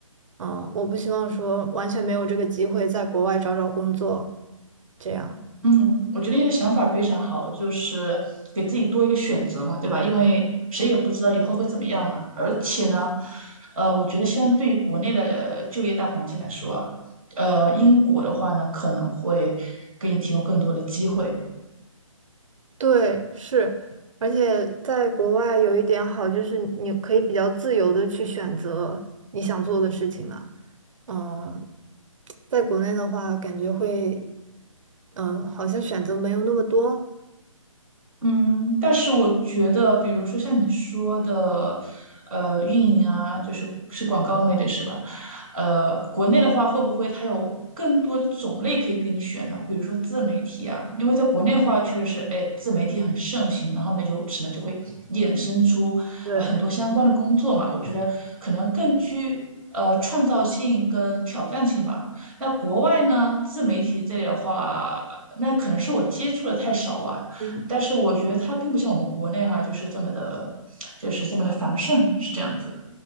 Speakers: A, on the right; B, in the centre.
A: 嗯，我不希望说完全没有这个机会在国外找找工作，这样。
B: 嗯，我觉得你的想法非常好，就是给自己多一个选择嘛，对吧？因为谁也不知道以后会怎么样嘛。而且呢，呃，我觉得相对于国内的呃就业大环境来说啊，呃，英国的话呢，可能会给你提供更多的机会，
A: 对，是，而且在国外有一点好就是你可以比较自由的去选择你想做的事情嘛。嗯，在国内的话，感觉会，嗯，好像选择没有那么多。
B: 嗯，但是我觉得，比如说像你说的，呃，运营啊，就是是广告类的，是吧？呃，国内的话，会不会它有更多的种类可以给你选呢？比如说自媒体啊，因为在国内的话，确实是，哎，自媒体很盛行，然后呢，由此呢就会衍生出呃很多相关的工作嘛。
A: 对，
B: 我觉得可能更具呃创造性跟挑战性吧。那国外呢，自媒体这里的话，那可能是我接触的太少啊。
A: 嗯。
B: 但是我觉得它并不像我们国内哈、就是这么的，就是这么的繁盛，是这样子。